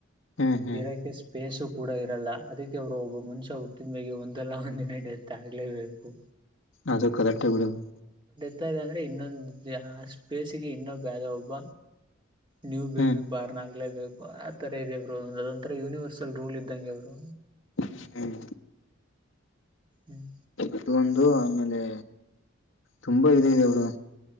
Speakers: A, on the left (about 75°); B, on the right (about 25°).
A: ಹ್ಮ್ ಹ್ಮ್
B: ಇರೋಕ್ಕೆ ಸ್ಪೇಸು ಕೂಡ ಇರಲ್ಲ ಅದಕ್ಕೆ ಅವರು ಒಬ್ಬ ಮನುಷ್ಯ ಹುಟ್ಟಿದ ಮೇೆ ಒಂದಲ್ಲ ಒಂದಿನೇ ಡೆತ್ ಆಗ್ಲೇಬೇಕು
A: ಅದು ಕಲೆಕ್ಟ ಬಿಡದು
B: ತಾ ಇದೆ ಅಂದ್ರೆ ಇನ್ನೊಂದು ಆ ಸ್ಪೇಸ್ಗೆ ಇನ್ನೊ ಭೇದ ಒಬ್ಬ ನ್ಯೂ ಬೇಬಿ
A: ಹ್ಮ್
B: ಬಾರ್ನ್ ಆಗ್ಲೇಬೇಕು ಆತರ ಇದೆ ಅವರು ಅದೊಂಥರ ಯೂನಿವರ್ಸಲ್ ರೂಲ್ ಇದ್ದಂಗೆ ಅವರು
A: ್ಮ ಹ್ಮ್
B: ಹ್ಮ್
A: ಇದುೊಂದು ಆಮೇಲೆ ತುಂಬಾ ಇ ಇದೆ ಅವಡು